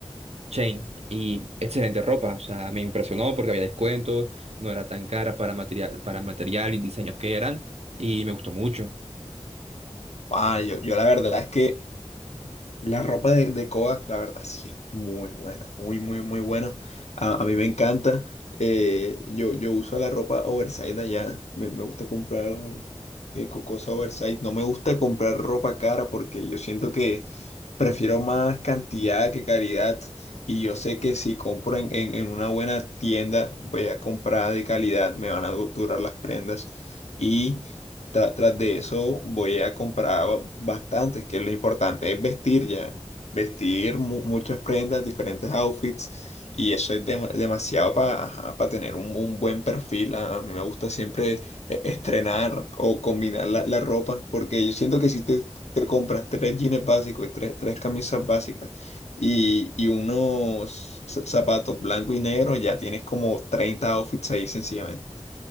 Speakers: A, on the right (about 70°); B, on the left (about 80°).
A: Chain y excelente ropa, o sea, me impresionó porque había descuentos, no era tan cara para material, para material y diseños que eran y me gustó mucho.
B: Ah, yo, yo la verdad es que La ropa de, de Kodak, la verdad, sí es muy buena, muy, muy, muy buena. A, a mí me encanta. Eh, yo, yo uso la ropa oversize de allá. Me, me gusta comprar eh, co- cosa oversize. No me gusta comprar ropa cara porque yo siento que prefiero más cantidad que calidad. Y yo sé que si compro en, en, en una buena tienda, voy a comprar de calidad, me van a du- durar las prendas. y Tra- tras de eso voy a comprar ba- bastantes, que es lo importante, es vestir ya, vestir mu- muchas prendas, diferentes outfits, y eso es dema- demasiado para tener un, un buen perfil. A, a mí me gusta siempre eh, estrenar o combinar la, la ropa, porque yo siento que si te, te compras tres jeans básicos y tres, tres camisas básicas y, y unos za- zapatos blanco y negro, ya tienes como 30 outfits ahí sencillamente.